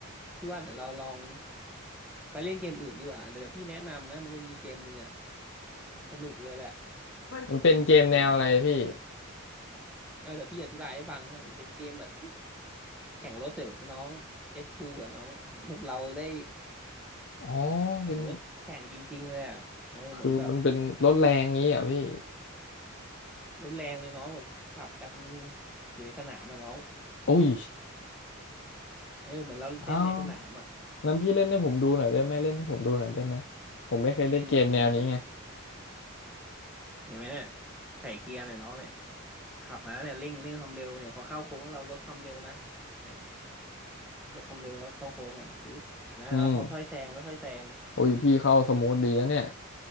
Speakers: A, in the centre; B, on the left.
A: พี่ว่าเดี๋ยวเราลองไปเล่นเกมอื่นดีกว่าเดี๋ยวพี่แนะนำนะมันจะมีเกมหนึ่งอ่ะสนุกเลยแหละ
B: มันเป็นเกมแนวอะไรพี่
A: เดี๋ยวเออเดี๋ยวพี่อธิบายให้ฟังนะมันเป็นเกมแบบแข่งรถแต่แบบน้อง F2 อะน้องเหมือนแบบเราได้
B: อ๋อ
A: แข่งรถแข่งจริงๆเลยอ่ะเออเหมือนแบบ
B: เป็นคือมันเป็นรถแรงงี้อ่ะพี่
A: รถแรงเลยน้องแบบขับกันอยู่ในสนามอ่ะน้อง
B: โอ้ย
A: เออเหมือนเราเล่นในสนามอ่ะ
B: อ้าวงั้นพี่เล่นให้ผมดูหน่อยได้ไหมเล่นให้ผมดูหน่อยได้ไหมผมไม่เคยเล่นเกมแนวนี้ไง
A: นี่ดูเห็นไหมเนี่ยเห็นไหมเนี่ยใส่เกียร์เนี่ยน้องเนี่ย ขับมาเนี่ยเร่งเร่งความเร็วเนี่ยพอเข้าโค้งเราลดความเร็วนะเดี๋ยวลดความเร็วแล้วเข้าโค้งอ่ะปึ๊บนะแล้วเขาค่อยแซงค่อยแซง
B: อืม อุ้ยพี่เข้าสมูทดีนะเนี่ย